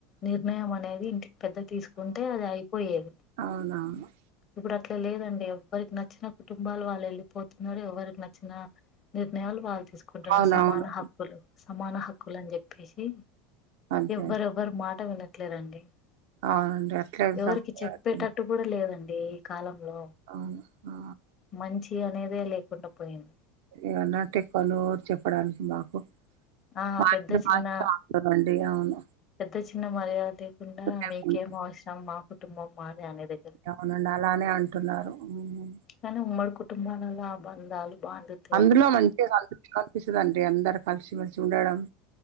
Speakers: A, on the left (about 40°); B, on the right (about 70°).
A: నిర్ణయం అనేది ఇంటికి పెద్ద తీసుకుంటే అది అయిపోయేది
B: అవునువును
A: ఇప్పుడు అట్లా లేదు అండీ ఎవరికి నచ్చిన కుటుంబాలు వాళ్ళు ఏళ్ళి పోతున్నరు ఎవరికి నచ్చిన నిర్ణయాలు వాళ్ళు తీసుకుంటున్నారు
B: అవునవును
A: సమాన హక్ క్కులు సమాన హక్కులని జెప్పేసి
B: అంతే
A: ఎవరు ఎవరు మాట వినట్లేరు అండీ
B: అవునండి అట్లే
A: ఎవరికి
B: సమయం
A: చెప్పేటట్టు కూడా లేదండి కాలంలో
B: అవును ఆ
A: మంచి అనేదే లేకుండా పోయిం
B: ఏవన్నా టెక్కలు చెప్పడానికి మాకు
A: ఆ
B: <inaudible>
A: పెద్ద చిన్న
B: అండీ అవును
A: పెద్ద చిన్న మర్యాద లేకుండా
B: లేకుంటే
A: మీకేం అవసరం మా కుటుంబం మాది అనే దగ్గర
B: అవును అండీ అలానే అంటున్నారు హ్మ్
A: కానీ ఉమ్మడ కుటుంబాలల్లో ఆ బంధాలు బాంధుత్
B: అందులో మంచిగా కనిపించుకోన్ పిస్తది అండీ అందరు కలిసిమెలిసి ఉండడం